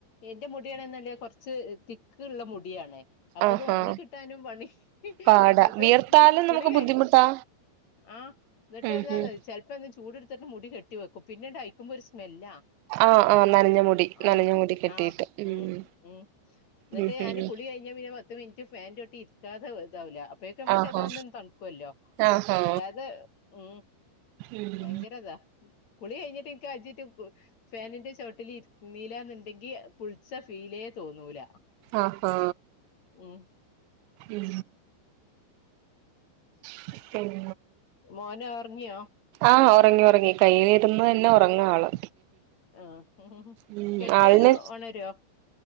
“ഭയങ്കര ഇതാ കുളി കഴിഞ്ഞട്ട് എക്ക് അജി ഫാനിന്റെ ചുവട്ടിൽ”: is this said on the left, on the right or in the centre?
Left